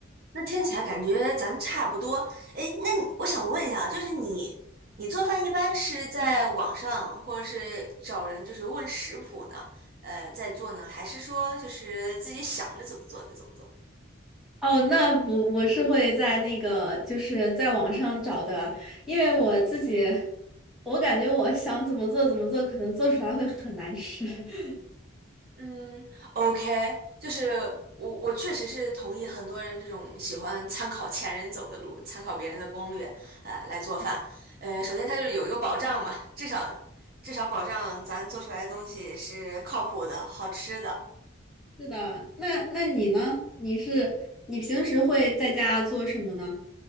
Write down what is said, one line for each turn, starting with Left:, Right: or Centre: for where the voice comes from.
Right: 那听起来感觉咱差不多。诶，那你我想问一下，就是你你做饭一般是在网上，或者是找人就是问食谱呢？呃，在做呢，还是说就是自己想着怎么做就怎么做？
Centre: 哦，那不，我是会在那个，就是在网上找的，因为我自己，我感觉我想怎么做怎么做，可能做出来会很难吃。<laughs>
Right: 嗯，OK，就是我，我确实是同意很多人这种喜欢参考前人走的路，参考别人的攻略，呃，来做饭。
Centre: 嗯
Right: 呃，首先它就是有一个保障嘛，至少至少保障咱做出来的东西是靠谱的、好吃的。
Centre: 是的，那那你呢？你是你平时会在家做什么呢？